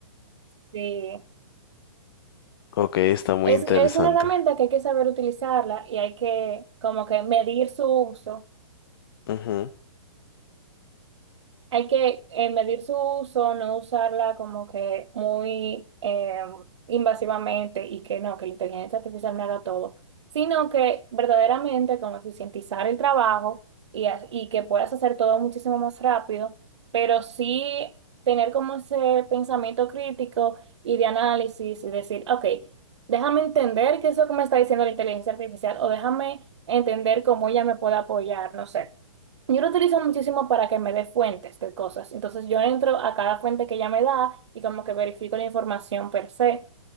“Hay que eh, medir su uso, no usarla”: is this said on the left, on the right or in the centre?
Right